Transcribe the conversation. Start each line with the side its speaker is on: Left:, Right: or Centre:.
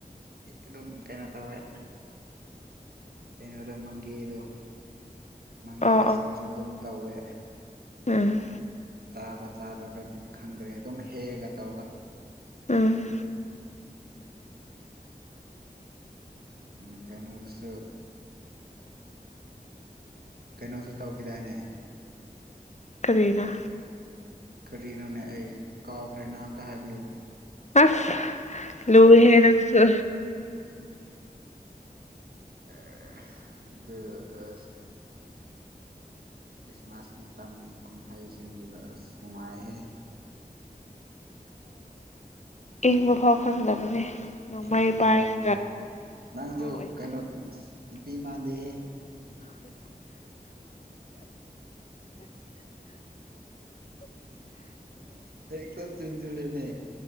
Right: ꯑꯗꯨꯝ ꯀꯩꯅꯣ ꯇꯧꯋꯦ ꯀꯩꯅꯣꯗꯣ ꯃꯪꯒꯦꯗꯣ ꯃꯪꯒꯦ
Left: ꯑꯣ
Right: ꯑꯆꯥꯔꯁꯨ ꯑꯗꯨꯝ ꯇꯧꯋꯦ
Left: ꯑꯝ
Right: ꯆꯥꯕ ꯆꯥꯗꯕ꯭ꯔꯗꯤ ꯈꯪꯗ꯭ꯔꯦ ꯑꯗꯨꯝ ꯍꯦꯛꯑꯒ ꯇꯧꯕ
Left: ꯎꯝ
Right: ꯎꯝ ꯀꯩꯅꯣ ꯑꯣꯏꯁꯨ ꯀꯩꯅꯣꯁ ꯇꯧꯈꯤꯗꯥꯏꯅꯦ
Left: ꯀꯔꯤꯅ
Right: ꯀꯔꯤꯅꯣꯅꯦ ꯑꯩ ꯀꯥꯎꯈ꯭ꯔꯦꯅ ꯑꯝꯇ ꯍꯥꯏꯕꯤꯌꯨ
Left: ꯑꯁ ꯂꯨ ꯍꯥꯏꯦ ꯅꯪꯁꯨ
Right: ꯑꯗꯨꯗ ꯑ ꯈ꯭ꯔꯤꯁꯃꯥꯁ ꯃꯇꯝ ꯀꯨꯝꯍꯩꯁꯤꯡꯗꯨꯗ ꯑꯁ ꯅꯨꯡꯉꯥꯏꯍꯦ
Left: ꯏꯪꯕ ꯐꯥꯎ ꯈꯪꯗꯕꯅꯦ ꯅꯣꯡꯃꯩ
Right: ꯏꯪꯕ ꯐꯥꯎ
Left: ꯄꯥꯏꯔꯒ
Right: ꯈꯪꯗꯦ ꯅꯪꯁꯨ
Left: ꯑꯉꯥꯡ ꯑꯣꯏꯔꯤꯀꯥꯟ
Right: ꯀꯩꯅꯣ ꯅꯨꯄꯤ ꯃꯥꯟꯗꯦꯍꯦ <unintelligible> ꯍꯗ ꯆꯖꯂꯤꯅꯦ